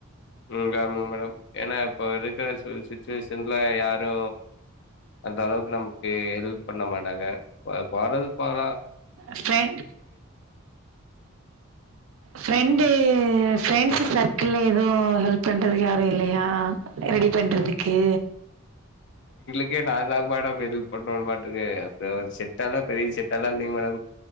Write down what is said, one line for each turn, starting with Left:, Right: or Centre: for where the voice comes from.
Left: ம் ஆமாங் மேடம் ஏன்னா இப்ப இருக்குற சு சுச்சுவேஷன்ல யாரு அந்த அளவுக்கு நமக்கு ஹெல்ப் பண்ண மாட்டாங்க வ <unintelligible>
Right: ஃப்ரெண் ஃப்ரெண்டு ஏ ஃப்ரெண்ட்ஸு சர்க்குளே எதுவு ஹெல்ப் பண்றதுக்கு யாரு இல்லையா ரெடி பண்றதுக்கு
Left: க்கே நாந்தா மேடம் எல்ப் பண்ணு மாட்ருக்கு அப்டி ஒரு செட்டால்லா பெரிய செட்டெல்லா இல்லிங்க மேடம்